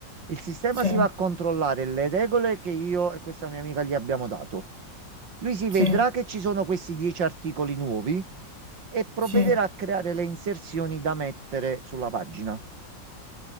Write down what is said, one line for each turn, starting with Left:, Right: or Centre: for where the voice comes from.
Right: il sistema
Left: Sì,
Right: si va a controllare le regole che io e questa mia amica gli abbiamo dato. Lui si vedrà
Left: sì,
Right: che ci sono questi 10 articoli nuovi e provvederà
Left: sì.
Right: a creare le inserzioni da mettere sulla pagina.